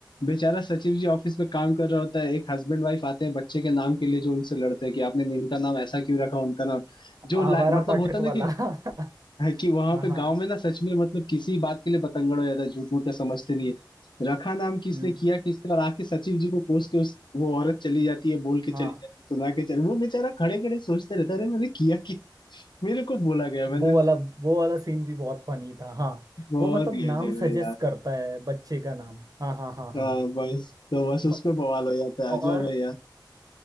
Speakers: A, on the left (about 75°); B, on the right (about 50°).
A: बेचारा सचिव जी ऑफिस में काम कर रहा होता है एक हस्बैंड वाइफ आते हैं बच्चे के नाम के लिए जो उनसे लड़ते हैं कि आपने इनका नाम ऐसा क्यों रखा उनका नाम जो
B: आवारा
A: ला- मतलब
B: पाठक
A: होता है ना
B: वाला
A: कि
B: <laughs>
A: कि वहां
B: हाँ
A: पे
B: हाँ
A: गांव में ना सच में मतलब किसी बात के लिए बतंगड़ हो जाता है झूठ मूठ का समझते नहीं है रखा नाम किसने
B: हम्म
A: किया किसने और आके सचिव जी को कोस के उस वो औरत चली जाती है बोल के चली
B: हाँ
A: जाती है सुना के चले वो बेचारा खड़े खड़े सोचते रहता है अरे मैंने किया कि मेरे को बोला गया मैंने
B: वो वाला वो वाला सीन भी बहुत फनी था हाँ
A: बहुत
B: वो मतलब
A: गया
B: नाम
A: जय
B: सजेस्ट करता है बच्चे का नाम हाँ हाँ हाँ हाँ
A: हाँ बस तो बस
B: म-
A: उसमें बवाल हो जाता है
B: और
A: अजब है यार